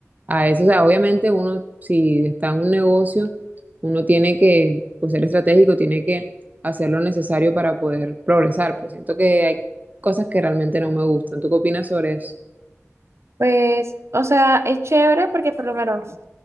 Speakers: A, on the right; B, on the right.
A: a eso. O sea, obviamente uno, si está en un negocio, uno tiene que pues, ser estratégico, tiene que hacer lo necesario para poder progresar, pero siento que hay cosas que realmente no me gustan. ¿Tú qué opinas sobre eso?
B: Pues, o sea, es chévere porque por lo menos